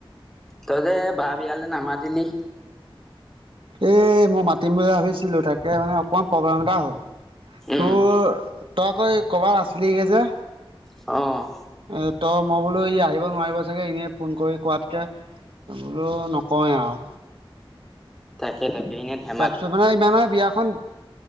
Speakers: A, in the centre; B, on the right.
A: তই যে বা বিয়ালৈ নামাতিলি?
B: এই মই মাতিম বুলি ভাবিছিলো তাকে মানে অকমান প্ৰব্লেম এটা হ'ল।
A: উম
B: তোৰ তই আকৌ ক'বাত আছিলি গে যে।
A: অ',
B: এ ত মই বোলো ই আহিব নোৱাৰিব চাগে এনেই ফোন কৰি কোৱাত কে বোলো নকওঁৱেই আৰু।
A: তাকে, তাকে এনেই থাকে।
B: তাৰপিছত মানে ইমানে বিয়াখন,